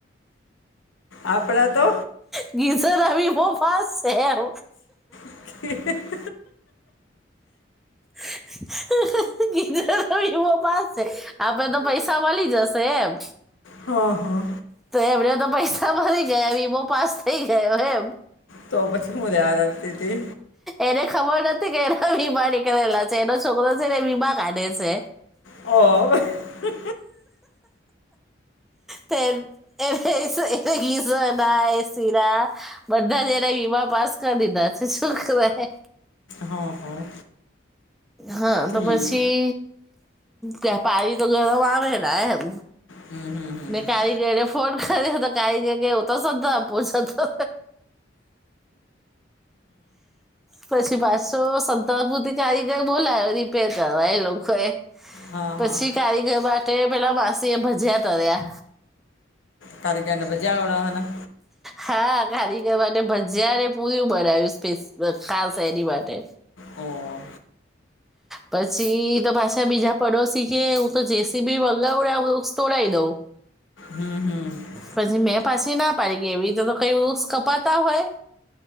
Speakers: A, on the left (about 80°); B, in the centre.
A: આપણા તો
B: ડિસો લવ વી બો ફાસ્ટ છે એમ
A: <inaudible>
B: <unintelligible> પાસ છે આપે તો પૈસા મળી જશે એમ
A: હા હા
B: તો એમને તો પૈસા મરી ગયા વિમો પાસ થઈ ગયો એમ
A: તો પછી હું યાદ રાખતી હતી
B: એને ખબર નથી કે એના બીમા નીકળેલા છે એનો છોકરો છેને બીમા કાઢે છે
A: હ. <unintelligible> <inaudible>
B: એ એ ગીસ ના એ સરા. બધા જના વીમા પાસ કરી દીધા છે શું કવાય.
A: હા હા.
B: હા
A: ઠીક
B: તો પછી વ્યાપારી તો ગરમ આવે ને એમ.
A: હમ. હમ હમ
B: ને કારીગરને ફોન કર્યો તો કારીગર કેવું તો શધાુંછતો. પછી પાછો સતાપુરતી કારીગર બોલાયો રીપેર કરવાય એ લોકો એ.
A: હા
B: પછી
A: હા
B: કારીગર માટે પેલા માસી એ ભજયા તર્યા.
A: ક કરીને ભજ્યા ગડા હના.
B: હા કારીગર માટે માટે ભજયાને પૂરું બનાવ્યું સ્ ખાસ એની માટે.
A: ઓ.
B: પછી તો પાછા બીજા પડોશી કે હું તો જેસી બી વગાવડ તોડાવ દઉં.
A: હમ. હમ
B: ભાજીી મેં પાસે ના. ડી ગ એવી રીતે તો કઈ વ કપાતા હોય.